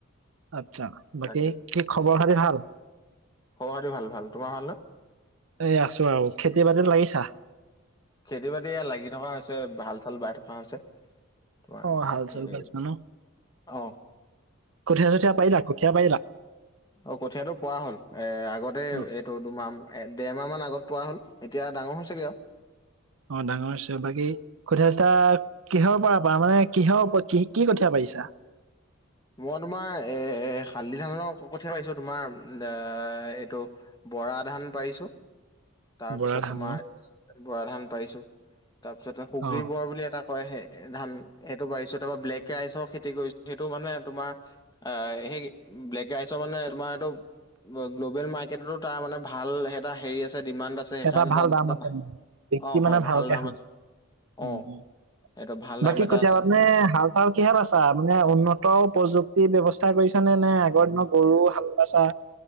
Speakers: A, on the right; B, on the left.
A: আচ্ছা বাকী
B: তাকে
A: কি খবৰ খাতি ভাল
B: খবৰ খাতি ভাল ভাল তোমাৰ ভাল ন
A: এ আছো আৰু খেতি বাতিত লাগিছা
B: খেতি বাতি লাগি থকা হৈছে হাল চাল বাই থকা হৈছে তোমাৰ
A: অহ হাল চাল
B: এ
A: বাইছা ন
B: অ
A: কঠিয়া চঠীয়া পাৰিলা কঠিয়া পাৰিলা
B: অহ কঠিয়া টো পৰা হ'ল এ আগতে
A: অ
B: এইটো দুমাহ এ দেৰমাহ মান আগত পোৱা হ'ল এতিয়া ডাঙৰ হৈছেগে আৰু
A: অহ ডাঙৰ হৈছে বাকী কঠিয়া চঠীয়া কিহৰ পৰা প মানে কিহৰ কি কি কঠীয়া পাৰিছা
B: মই তোমাৰ এ শালি ধানৰ কঠিয়া পাইছো তোমাৰ এ এইটো বৰা ধান পাৰিছো তাৰপিছত
A: বৰা ধান
B: তোমাৰ
A: ন
B: বৰা ধান পাৰিছো তাৰপিছতে সুগ্ৰী
A: অ
B: বৰা বুলি এটা কয় হে এ ধান সেইটো বাৰিছো তাৰপৰা ব্লেক ৰাইচৰ খেতি কৰিছো সেইটো মানে তোমাৰ আহ সেই ব্লেক ৰাইচৰ মানে তোমাৰ এইটো গ্ল'বেল মাৰ্কেটতো তাৰ মানে ভাল এটা হেৰি ডিমাণ্ড আছে সেইকাৰণে
A: এটা ভাল
B: তাত
A: দাম
B: এটা
A: আছে মানে, বিক্ৰী
B: অ
A: মানে
B: হয়
A: ভালকে
B: ভাল দাম
A: হয়
B: আছে
A: উম
B: অ
A: উম
B: এইটো ভাল
A: বাকী
B: দাম এটা
A: কঠিয়া
B: আছে
A: মানে হাল চাল কিহে বাইছা মানে উন্নত প্ৰযুক্তি ব্যৱস্থা কৰিচা নে আগৰ দিনৰ গৰু হাল বাইচা